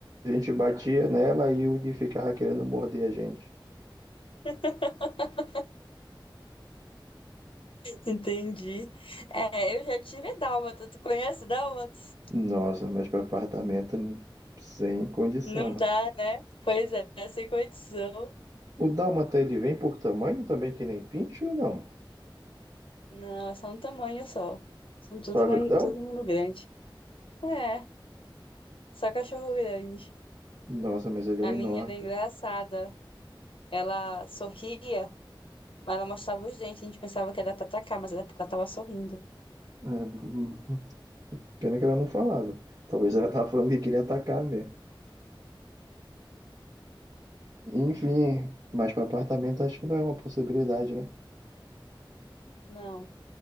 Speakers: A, on the right; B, on the left.
A: A gente batia nela e o Udi ficava querendo morder a gente.
B: <laughs> Entendi. É, eu já tive dálmata. Tu conhece dálmatas?
A: Nossa, mas para apartamento, n- sem condição.
B: Não
A: mano.
B: dá, né? Pois é, sem condição.
A: O Dálmata, ele vem por tamanho também, que nem pinche ou não?
B: Não, é só um tamanho só. São tudo,
A: Só
B: gran-
A: grandão?
B: todo mundo grande. É, só cachorro grande.
A: Nossa, mas ele
B: A
A: é enorme.
B: minha era engraçada. Ela sorria, mas ela mostrava os dentes. A gente pensava que era pra atacar, mas era porque ela tava sorrindo.
A: É, <laughs> hum, pena que ela não falava. Talvez ela tava falando que queria atacar mesmo. Enfim, mas para apartamento acho que não é uma possibilidade, né?
B: Não.